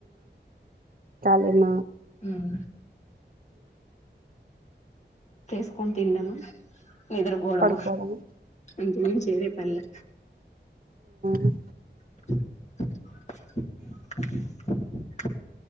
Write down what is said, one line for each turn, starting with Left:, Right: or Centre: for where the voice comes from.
Right: తాలే మ
Left: ఉమ్ చేసుకొని తిన్నాము నిద్ర పోవడం
Right: పడుకోవడం
Left: అంతకి మించి వేరే పని లే
Right: ఆ
Left: <inaudible>